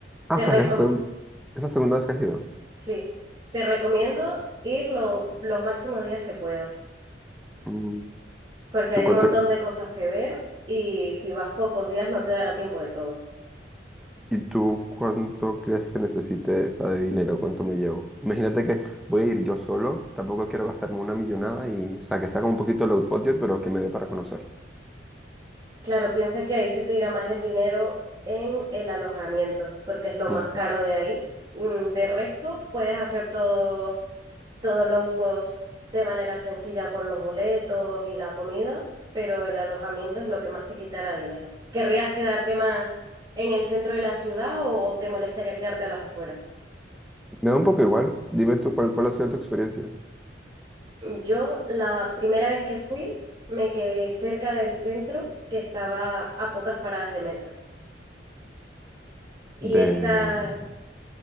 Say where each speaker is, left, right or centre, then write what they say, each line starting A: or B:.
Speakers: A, in the centre; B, on the right.
A: Ah,
B: Te,
A: o sea,
B: reco-
A: que es la, seg- es la segunda vez que has ido.
B: Sí, te recomiendo ir lo- los máximos días que puedas,
A: Mm,
B: porque
A: ¿Tú
B: hay
A: cuánto,
B: un montón de cosas que ver y si vas pocos días no te dará tiempo de todo.
A: y tú cuánto crees que necesite, o sea, de dinero? ¿Cuánto me llevo? Imagínate que voy a ir yo solo, tampoco quiero gastarme una millonada y, o sea, que saca un poquito low budget, pero que me dé para conocer.
B: Claro, piensa que ahí se te irá más el dinero en el alojamiento, porque es lo más
A: Ujú.
B: caro de ahí. Mm, De resto, puedes hacer todo, todo low cost de manera sencilla con los boletos y la comida, pero el alojamiento es lo que más te quitará dinero. ¿Querrías quedarte más en el centro de la ciudad o te molestaría quedarte a las afueras?
A: Me da un poco igual. Dime tú cuál, cuál ha sido tu experiencia
B: Yo la primera vez que fui me quedé cerca del centro que estaba a pocas paradas de metro. Y
A: de
B: está,